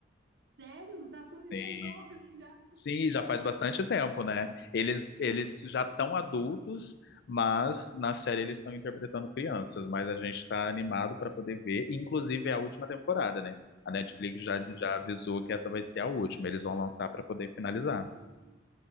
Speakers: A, on the right; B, on the left.
A: sério? Os atores
B: Sim,
A: enormes já.
B: sim, já faz bastante tempo,
A: Gente,
B: né? Eles, eles
A: eu tô apaixonada.
B: já estão adultos, mas na série eles estão interpretando crianças. Mas a gente tá animado para poder ver. Inclusive é a última temporada, né?
A: Eu não sabia.
B: A Netflix já, já avisou que essa vai ser a última. Eles vão lançar para poder finalizar.
A: Ah,